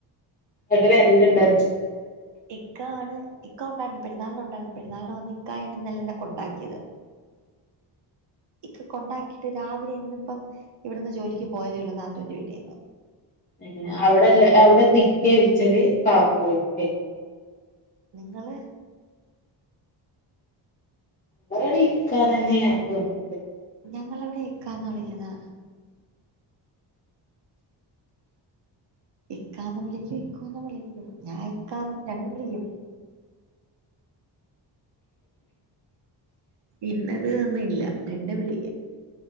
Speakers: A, on the left; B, on the right.
A: ഇങ്ങട്ട് വെല്ര്ണ്ടോ?
B: ഇക്കാണ് ഇക്ക ഒണ്ടായിര്ന്ന് പെര്ന്നാളിന് ഒണ്ടായിര്ന്ന് പെരുന്നാളിന് വന്ന് ഇക്കായാണ് ഇന്നലെന്നെ കൊണ്ടാക്കിയത്. ഇക്ക കൊണ്ടാക്കിയിട്ട് രാവിലെ ഇന്ന്പ്പം ഇവട്ന്ന് ജോലിക്ക് പോയതേ ഒള്ളൂ നാത്തൂന്റെ വീട്ടീന്ന്
A: ഏഹ് അവ്ടെല്ല അവടെക്കിക്കെ വിളിച്ചല് കാക്കൂ <unintelligible>
B: നിങ്ങളെ
A: <unintelligible> ഇക്കാ ന്നെന്നെയാ <unintelligible>
B: ഞങ്ങളിവ്ടെ ഇക്കാന്നാ വിളിക്ക്ന്നെ ഇക്കാന്നും വിളിക്കും ഇക്കുന്നും വിളിക്കും ഞാൻ ഇക്കാന്നും രണ്ടും വിളിക്കും. ഇന്നത് ഒന്നുല്ല രണ്ടും വിളിക്കും.